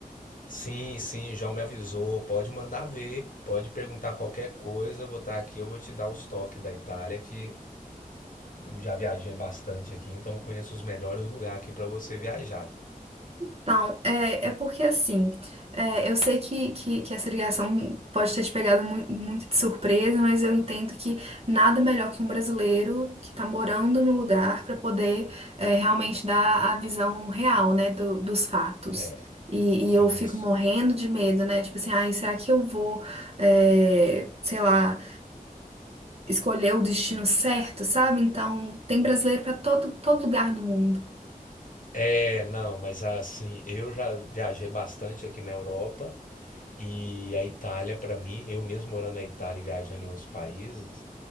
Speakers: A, on the left (about 60°); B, on the right (about 40°).
A: Sim, sim, o João me avisou. Pode mandar ver, pode perguntar qualquer coisa. Eu vou estar aqui, eu vou te dar uns toques da Itália, que já viajei bastante aqui, então conheço os melhores lugares aqui para você viajar.
B: Então, é, é porque assim, é, eu sei que, que, que essa ligação pode ter te pegado mu- muito de surpresa, mas eu entendo que nada melhor que um brasileiro que está morando no lugar para poder é, realmente dar a visão real, né, do- dos fatos.
A: É,
B: E, e
A: isso.
B: eu fico morrendo de medo, né? Tipo assim, ai, será que eu vou, é, sei lá, escolher o destino certo, sabe? Então, tem brasileiro para todo, todo lugar no mundo.
A: É, não, mas assim, eu já viajei bastante aqui na Europa e a Itália, para mim, eu mesmo morando na Itália e viajando em outros países,